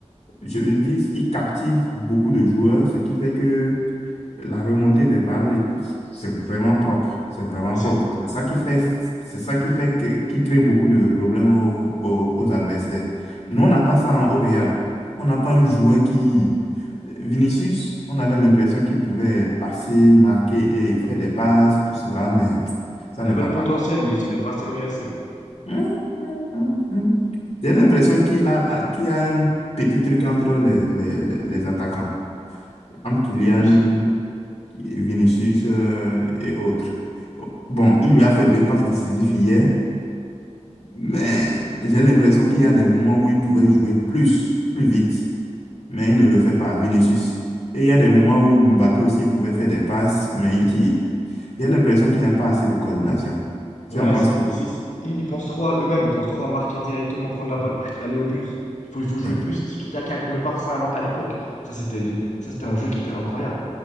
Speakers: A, on the left; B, on the left.
A: je veux dire, il captive beaucoup de joueurs, ce qui fait que la remontée des balles, est- c'est vraiment propre. C'est vraiment
B: Mais c'est...
A: propre. C'est ça qui fait, c'est ça qui fait que, qui crée beaucoup de problèmes aux, aux- aux adversaires. Nous, on n'a pas ça en- au Real. On n'a pas un joueur qui... Vinicius, on avait l'impression qu'il pouvait passer, marquer et faire des passes, tout cela, mais ça
B: Il
A: ne
B: avait
A: va
B: le
A: pas.
B: potentiel, mais il s'en est pas servi assez.
A: Hum, hum, hum, hum. J'ai l'impression qu'il a, qu'il y a un petit truc entre les, les, les- les attaquants, entre Kylian,
B: C'est possible.
A: Vinicius euh, et autres. Bon, il lui a fait deux passes décisives hier, mais j'ai l'impression qu'il y a des moments où il pouvait jouer plus, plus vite, mais il ne le fait pas, Vinicius. Et il y a des moments où Mbappé aussi pouvait faire des passes, mais il tire. J'ai l'impression qu'il n'y a pas assez de coordination.
B: Ouais,
A: Tu en penses
B: c'est, ils,
A: quoi?
B: c'est- ils- ils pensent trop à eux-mêmes, ils pensent trop à marquer directement, prendre la balle, oh, chut, aller au but. Il faut, il faut jouer
A: Ex-
B: plus tiki-taka, comme le Barça à l'en- à l'époque. Ça, c'était les- ça, c'était un jeu qui était incroyable.